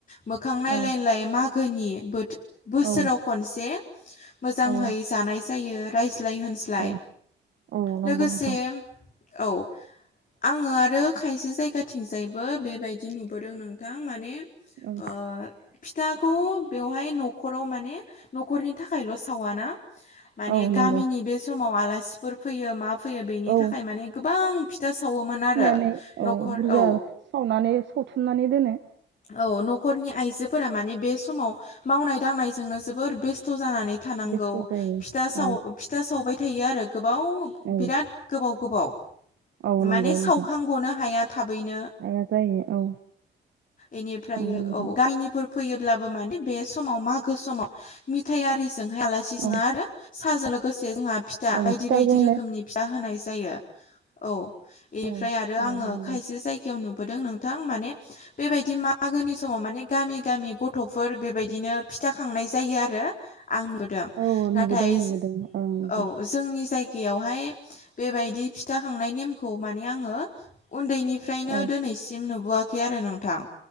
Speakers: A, on the left (about 40°); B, on the right (about 65°).
A: मोखां नायलायलाय
B: औ
A: मागोनि बोथ बोसोराव
B: औ
A: खनसे मोजांहै
B: औ
A: जानाय जायो। लाय होनज्लाय
B: औ औ नंगौ
A: लोगोसे
B: नोंथां
A: औ आङो आरो खायसे जायगाथिंजायबो बेबायदि नुबोदों नोंथां माने
B: औ
A: ओ फिथाखौ बेवहाय न'खराव माने न'खरनि थाखायल सावा ना माने
B: औ
A: गामिनि
B: नंगौ
A: बे समाव आलासिफोर फैयो मा फैयो बेनि
B: औ
A: थाखाय माने गोबां फिथा सावोमोन आरो
B: फिनानै
A: न'खर
B: औ बुरजा
A: औ
B: सावनानै सावथुमनानै दोनो।
A: औ न'खरनि आइजोफोरा माने बे समाव मावनाय दांनायजोंनो जोबोर बेस्थ जानानै थानांगौ
B: बेस्थ' जायो
A: फिथा साव
B: औ
A: फिथा सावबाय थायो आरो गोबाव
B: औ
A: बिराद गोबाव गोबाव
B: औ नंगौ
A: माने सावखांगनो
B: नोंथां
A: हाया। थाबैनो
B: हाया जायो औ
A: इनिफ्रायो
B: नंगौ नोंथां
A: औ गामिनि फोरबो फैयोब्लाबो माने बे समाव मागो समाव मिथायारिजोंहाय आलासि सोङा
B: औ
A: आरो साहाजों लोगोसे जोंहा फिथा
B: ओं
A: बायदि
B: फिथाजोंनो
A: बायदि रोखोमनि फिथा होनाय जायो। औ इनिफ्राय
B: औ
A: आरो
B: औ
A: आङो
B: नंगौ
A: खायसे जायगायाव नुबोदों नोंथां माने बेबायदि मागोनि समाव माने गामि गामि गथ'फोर बेबायदिनो फिथा खांनाय जायो आरो आं नुदों
B: औ
A: नाथाय
B: नुबोदों नुबोदों ओं नुदों
A: औ जोंनि जाय यावहाय बेबायदि फिथा खांनाय नेमखौ माने आङो उन्दैनि फ्रायनो
B: औ
A: दोनैसिम नुबोआखै आरो नोंथां।